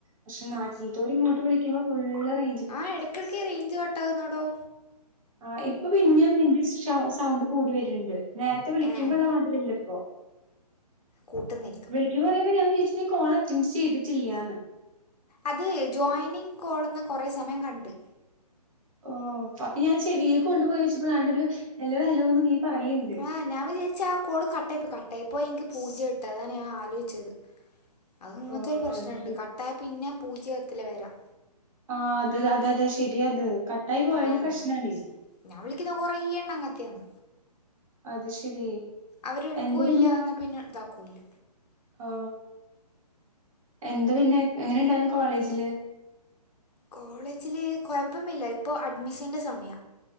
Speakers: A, on the right (about 55°); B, on the left (about 75°).
A: പക്ഷെ നാട്ടിത്തോല്
B: ആഹ്
A: ഇങ്ങോട്ട് വിളിക്കുമ്പോ ഫുള്ള് റെയ്
B: ആ ഇടയ്ക്കിടക്ക് റേഞ്ച് കട്ടാകുന്നാടോ
A: ആ ഇപ്പൊ പിന്നും നിന്റെ സൗണ്ട് കൂടി വരുണ്ട് നേരത്തെ വിളിക്കുമ്പോ
B: ഏഹ്
A: ഉള്ള മാതിരില്ല ഇപ്പൊ
B: കൂട്ട നിരി
A: വിളിക്ക പറുമ്പോ ഞാൻ വിചാരിച്ചി നീ കോള അറ്റൻറ് ചെയ്തിട്ടില്ലാന്ന്
B: അത് ജോയിനിങ് കോൾന്ന കുറെ സമയം കണ്ട്
A: ഓ അപ്പൊ ഞാ ചെവീൽക്ക് കൊണ്ടുപോയി വെച്ചപ്പോൾ ഹലോ ഹലോന്ന് നീ പറയണ്ട്
B: ആഹ ഞാൻ വിചാരിച്ച ആ കോള് കട്ടായിയിപ്പോയി കട്ടായിപ്പോയി എങ്ക പൂജ ഇട്ട് താണ് ഞാൻ ആലോചിച്ചത് അത് ഇങ്ങത്തെ
A: ഓ
B: ഒരു പ്രശ്നമുണ്ട്
A: അത് ശരി.
B: താ പിന്നെ പൂജ്യത്തില വരാം
A: ആ അത അതതെ ശരിയാത് കട്ടായി പോയാലും
B: ആഹ്
A: പ്രശ്നാണേ
B: ഞാൻ വിളിക്കത് കുററെ എണ്ണം അങ്ങത്തെയാണ്
A: അത് ശരി
B: അവരെടുക്കുല്ല
A: എന്ത് പിന്നെ
B: എന്നൽ പിന്നെ ഇതാക്കുല്ല
A: ഓ എന്താ പിന്നെ എങ്ങനെ ഇണ്ടായിരുന്നു കോളേജില്
B: കോളേജില് കുഴപ്പമില്ല ഇപ്പോ അഡ്മിഷന്റെ സമയ